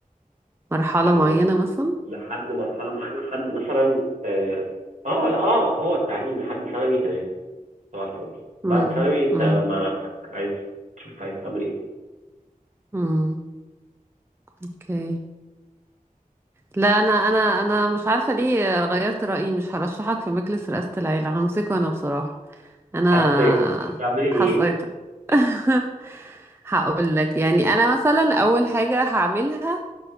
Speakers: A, on the right (about 15°); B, on the right (about 55°).
A: مرحلة
B: آه،
A: معينة مثلا
B: لحد مرحله معينه لحد مثلا اه آه، لا اه هو التعليم لحد ثانوي تمام طبعا الفل بعد
A: امم
B: ثانوي انت
A: امم
B: مع نفسك عايز تشوف عايز تعمل ايه
A: أمم. اوكي لا انا انا انا مش عارفه ليه غيرت رايي مش هرشحك في مجلس رئاسه العيله همسكه انا بصراحه انا
B: حتى تعملي ايه
A: حصيتك <laughs> هقول لك يعني انا مثلا اول حاجه هعملها